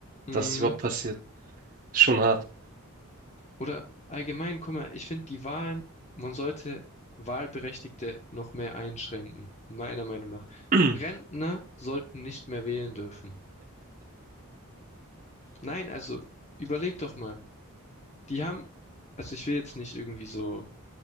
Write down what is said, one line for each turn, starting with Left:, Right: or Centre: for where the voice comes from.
Left: Mm,
Right: dass es überhaupt passiert. Schon hart.
Left: oder allgemein, guck mal, ich finde die Wahlen, man sollte Wahlberechtigte noch mehr einschränken, meiner Meinung nach.
Right: <clears throat>
Left: Rentner sollten nicht mehr wählen dürfen. Nein, also überleg doch mal. Die haben, also ich will jetzt nicht irgendwie so,